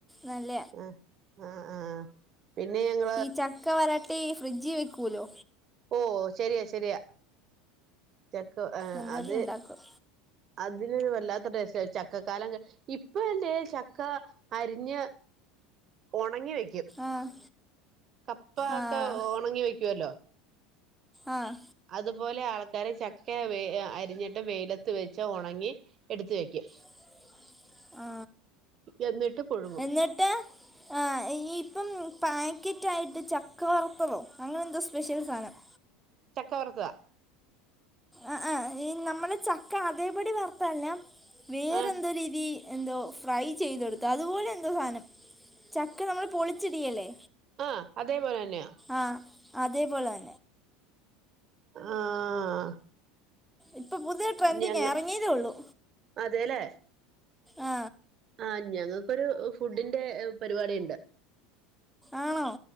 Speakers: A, in the centre; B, on the right.
A: നല്ല
B: അഹ് ആഹ് ആഹ് ആഹ് പിന്നെ ഞങ്ങ
A: ഈ ചക്ക വരട്ടി ഈ ഫ്രിഡ്ജിൽ വെക്കൂലോ.
B: ഓഹ് ശരിയാ ശരിയാ ചക്ക ആ
A: എന്നിട്ട്
B: അത്
A: ഉണ്ടാക്കും
B: അതിനൊരു വല്ലാത്ത ടേസ്റ്റാ ചക്കകാലം, ഇപ്പഴല്ലേ ചക്ക അരിഞ്ഞ്, ഉണങ്ങി വെയ്
A: ആ
B: കപ്പ
A: ആഹ്
B: ഒക്കെ ഉണങ്ങി വെക്കുവല്ലോ.
A: ആ.
B: അതുപോലെ ആൾക്കാരു ചക്ക വെ അരിഞ്ഞിട്ട്, വെയിലത്ത് വെച്ച് ഉണങ്ങി. എടുത്ത് വെയ്ക്കും
A: <inaudible> ആ,
B: എന്നിട്ട് പുഴുങ്ങും
A: എന്നിട്ട് ഇനി ഇപ്പം പാക് കിറ്റായിട്ട് ചക്ക വറുത്തതോ, അങ്ങനെ എന്തോ സ്പെഷ്യൽ സാധനം.
B: ചക്ക വറുത്തതാ.
A: അഹ് ആഹ് ഈ നമ്മൾ ചക്ക അതേപടി വർത്തതല്ല വേറെ
B: ആഹ്
A: എന്തോ രീതി എന്തോ ഫ്രൈ ചെയ്തെടുത്തു അതുപോലെ എന്തോ സാധനം. ചക്ക നമ്മൾ പൊളിച്ചിടിയേലെ.
B: ആ അതേപോലെ തന്നെയാ.
A: ആഹ് അതേ പോലെ തന്നെ.
B: ആഹ്
A: ഇപ്പൊ പുതിയ ട്രെൻഡിങ്ങാ
B: ഞങ്ങ
A: ഇറങ്ങിയതേ ഉള്ളൂ,
B: അതേല്ലേ
A: ആ
B: ആഹ് ഞങ്ങൾക്കൊരു ഫുഡിന്റെ പരിപാടി ഉണ്ട്
A: ആണോ